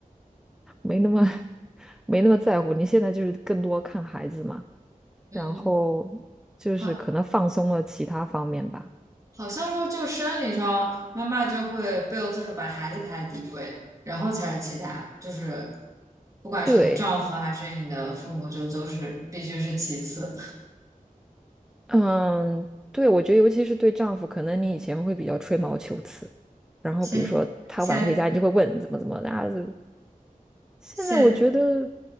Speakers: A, in the centre; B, on the right.
A: 没那么 <laughs> 没那么在乎，你现在就是更多看孩子嘛。
B: 嗯，
A: 然后就是可能放松了其他方面吧。
B: 好，好像说就生理上，妈妈就会不由自主把孩子排在第一位，然后才是其他，就是不管是你的丈夫还是你的父母，
A: 对，
B: 就都是必须是其次。
A: 嗯，对，我觉得尤其是对丈夫，可能你以前会比较吹毛求疵，然后比如说他晚回家，
B: 现现
A: 你就会问怎么怎么的啊。这现在我觉得，
B: 现